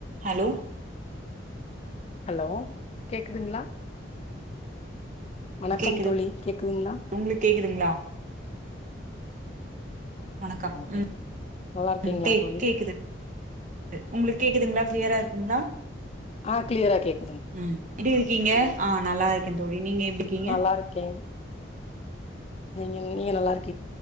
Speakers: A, on the right (about 40°); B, on the left (about 30°).
A: Hello
B: hello கேக்குதுங்ளா வணக்கம்
A: கேக்குது
B: தோழி கேக்குதுங்ளா
A: உங்களுக்கு கேக்குதுங்களா வணக்கம்
B: கேக்குது
A: உம்
B: நல்லா இருக்கீங்களா
A: ம் கே
B: தோழி
A: கேக்குது து உங்களுக்கு கேக்குதுங்களா கிளியரா இருக் ந
B: ஆஹ கிளியரா கேக்
A: உம் எடி இருக்கீங்க ஆஹ நல்லா இரு எந்தோழி நீங்க எப்படிக்கீங்க
B: நல்லா இருக்கே <unintelligible> நீங்க நல்லா இருக்